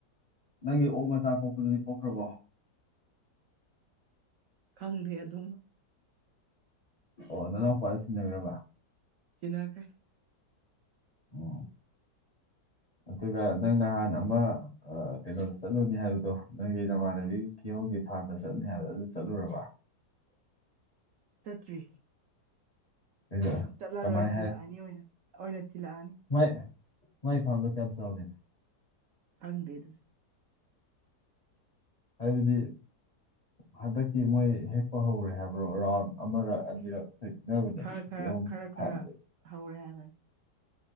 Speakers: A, on the left; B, on the right.
A: ꯅꯪꯒꯤ ꯑꯣꯛ ꯃꯆꯥ ꯄꯣꯛꯄꯗꯨꯗꯤ ꯄꯣꯛꯈ꯭ꯔꯕꯣ
B: ꯇꯪꯗꯦ ꯑꯗꯨꯝꯃ
A: ꯑꯣ ꯅꯅꯥꯎꯄꯥꯗ ꯁꯤꯟꯅꯈ꯭ꯔꯕ
B: ꯁꯤꯟꯅꯈ꯭ꯔꯦ
A: ꯎꯝ
B: ꯭ <unintelligible>
A: ꯑꯗꯨꯒ ꯅꯪ ꯅꯍꯥꯟ ꯑꯃ ꯀꯩꯅꯣꯗ ꯆꯠꯂꯨꯅꯤ ꯍꯥꯏꯕꯗꯣ ꯅꯪꯒꯤ ꯅꯃꯥꯟꯅꯕꯤ ꯀꯤꯍꯣꯒꯤ ꯐꯥꯔꯝꯗ ꯆꯠꯅꯤ ꯍꯥꯏꯕꯗꯣ ꯑꯗꯨ ꯆꯠꯂꯨꯔꯕ
B: ꯆꯠꯇ꯭ꯔꯤ
A: ꯀꯩꯗꯧ
B: ꯆꯠꯂꯔꯣꯏ
A: ꯀꯃꯥꯏ
B: ꯊꯤꯜꯂꯛꯑꯅꯤ ꯑꯣꯏꯅ ꯑꯣꯏꯅ ꯊꯤꯜꯂꯛꯑꯅꯤ
A: ꯃꯣꯢ ꯃꯣꯢ ꯐꯥꯝꯗꯣ ꯀꯌꯥꯝ ꯑꯥꯎꯒꯦ
B: ꯈꯪꯗꯦ ꯑꯗꯨꯗꯤ
A: ꯍꯥꯏꯕꯗꯤ ꯍꯟꯗꯛꯀꯤ ꯃꯣꯏ ꯍꯦꯛꯄ ꯍꯧꯔꯦ ꯍꯥꯏꯕ꯭ꯔꯣ ꯔꯥꯎꯟ ꯑꯃꯔꯛ ꯑꯅꯤꯔꯛ ꯍꯦꯛ ꯅꯕꯅꯦ
B: ꯈꯔ
A: <inaudible>
B: ꯈꯔ
A: ꯌ
B: ꯈꯔ ꯈꯔ
A: ꯐꯥꯝꯗ꯭ꯔꯦ
B: ꯍꯧꯔꯦ ꯍꯥꯢꯕꯅꯤ